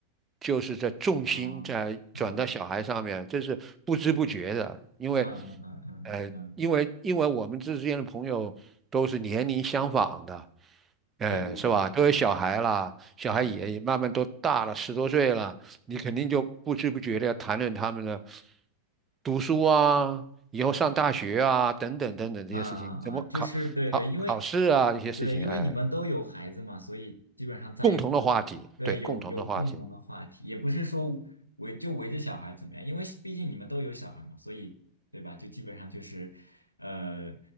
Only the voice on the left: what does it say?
啊啊嗯
嗯嗯嗯嗯，
对对对，
对。
啊啊，
就是对对，因为
对，因为你们都有孩子嘛，
所以基本上在一块儿，
对，
有有共同的话题，也不是说围就围着小孩怎么样，因为毕竟你们都有小孩嘛，所以对吧？就基本上就是，呃，